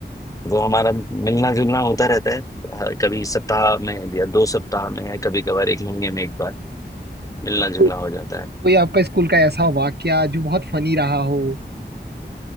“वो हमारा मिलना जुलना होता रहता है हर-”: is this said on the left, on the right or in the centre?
Left